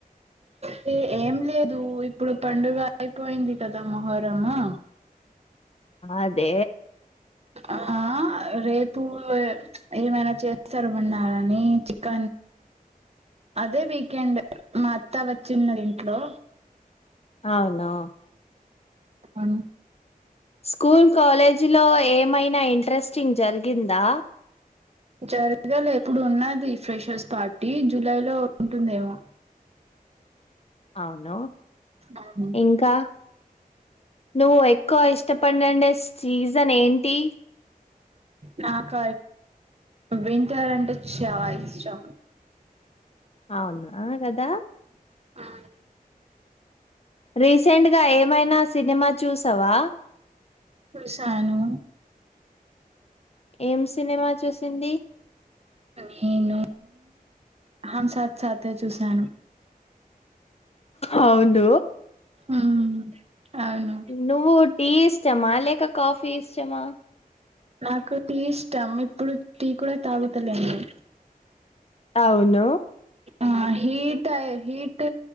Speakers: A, on the right; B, on the left.
A: తే ఏం లేదు ఇప్పుడు పండుగ అయిపోయింది కదా మొహరము
B: అదే
A: ఆ రేపు ఏమైనా చేస్తారు ఉన్నారని చిక అదే వీకెండ్ మా అత్తా వచ్చింది ఇంట్లో
B: అవ్నొ
A: ఉమ్
B: స్కూల్ కాలేజీలో ఏమైనా ఇంట్రెస్టింగ్ జరిగిందా
A: జర్గలే ఇప్పుడున్నాది ఫ్రెషర్స్ పార్టీ జూలై లో ఉంటుందేమో
B: అవును
A: ఆహ్
B: ఇంకా నువ్వు ఎక్కువ ఇష్టప <unintelligible> సీజన్ ఏంటి
A: నాక వింటరంటే చా ఇష్టం
B: అవున కదా
A: ఆ
B: రీసెంట్గా ఏమైనా సినిమా చూసావా
A: సుశాను
B: ఏం సినిమా చూసింది
A: నేను అహం సాత్ సాతే చూసాను
B: అవును
A: ఉమ్ అవును
B: నువ్వు టీ ఇష్టమా లేక కాఫీ ఇష్టమా
A: నాకు టీ ఇష్టం ఇప్పుడు టీ కూడా తాగుతలేన్ నేన్
B: అవును
A: ఆ హీట్ హీట్